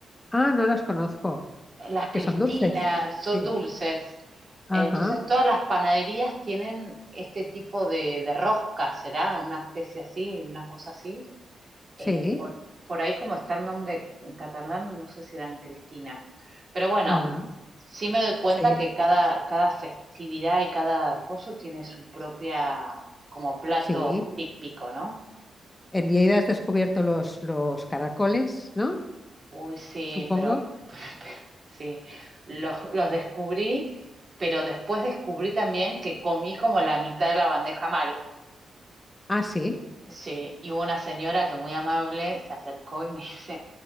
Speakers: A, on the left (about 25°); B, on the right (about 45°).
A: Ah, no las conozco,
B: las
A: que
B: Cristinas,
A: son dulces. Sí,
B: son dulces. Entonces
A: ajá,
B: todas las panaderías tienen este tipo de, de rosca, será una especie así, una cosa así.
A: sí,
B: Eh, por, por ahí como está el nombre en catalán, no sé si eran cristinas Pero bueno,
A: ah,
B: sí me doy cuenta
A: sí,
B: que cada, cada festividad y cada coso tiene su propia como plato
A: sí.
B: típico, ¿no?
A: En Lleida has descubierto los, los caracoles, ¿no?
B: Uy, sí,
A: Supongo.
B: pero <laughs> sí, los, los descubrí, pero después descubrí también que comí como la mitad de la bandeja mal.
A: Ah, sí,
B: Sí, y hubo una señora que muy amable se acercó y me <laughs> dice,